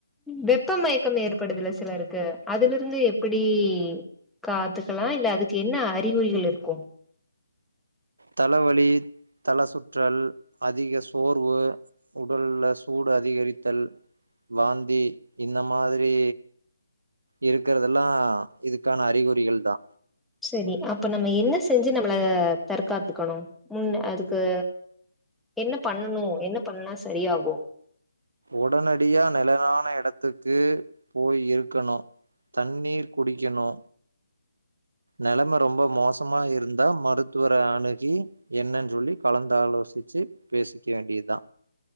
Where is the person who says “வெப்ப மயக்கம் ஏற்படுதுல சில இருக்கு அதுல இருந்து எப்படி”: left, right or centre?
Centre